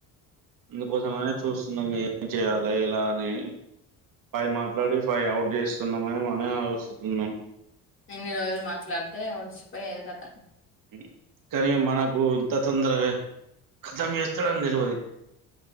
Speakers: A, on the right; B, on the left.
A: అందుకోసమ అనే చూస్తున్నాం ఏం చేయాలి ఎలా అని ఫైవ్ మాట్లాడి ఫై అవుట్ చేస్తున్నామని మన ఆలోచస్తున్నాం
B: ఇన్ని రోజులు మాట్లాడితే డిచిపోయేది కదా
A: ఉమ్. కానీ మనకు ఇంత తొందరగా కథం చేస్తాడని తెలివది